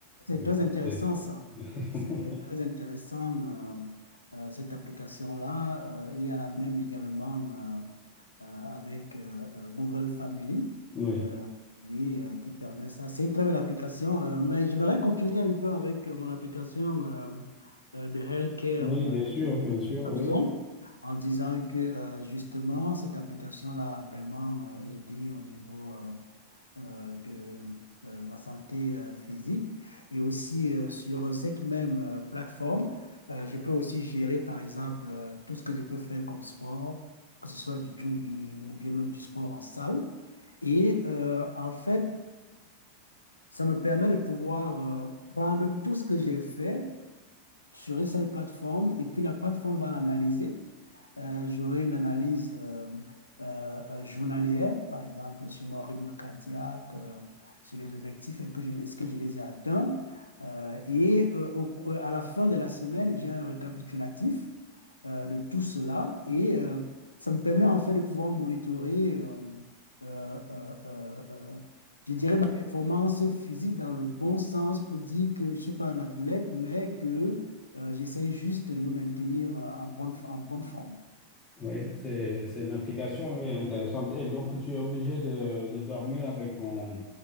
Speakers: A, on the left (about 80°); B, on the left (about 25°).
A: C'est
B: Donc,
A: très
B: ça,
A: intéressant
B: c'est-
A: ça.
B: <laughs>
A: C'est très intéressant euh, euh, cette application-là. Euh, il y a la même également euh, euh, avec euh, euh, Google Family,
B: Oui,
A: euh, oui, euh, qui permet ça. C'est une très belle application, euh, mais j'aimerais continuer un peu avec euh, mon application euh, euh, de healthcare
B: oui, bien
A: euh, de
B: sûr, bien sûr,
A: Samsung
B: oui.
A: en disant que euh, justement cette application-là a vraiment euh, aidé au niveau euh, euh, de euh, ma santé euh, physique. Et aussi euh, sur cette même euh, plateforme, euh, je peux aussi gérer, par exemple, euh, tout ce que je peux faire comme sport, que ce soit du jogging ou bien même du sport en salle. Et euh, en fait, ça me permet de pouvoir euh, prendre tout ce que j'ai fait sur une seule plateforme et puis la plateforme va l'analyser euh, j'aurai une analyse euh, euh, euh, journalière, par exemple, sur mon rythme cardiaque, euh, sur les objectifs, et que je- est-ce que je les ai atteints. Euh, et euh, au- euh, à la fin de la semaine, j'ai un récapitulatif euh, de tout cela et euh, ça me permet en fait de pouvoir monitorer, euh, euh, euh, euh, euh, je dirais, ma performance physique dans le bon sens pour dire que je ne suis pas un athlète, mais que euh, j'essaye juste de me maintenir euh, en bonne, en bonne forme.
B: Oui, c'est, c'est une application oui, intéressante. Et donc, tu es obligé de, de dormir avec ton,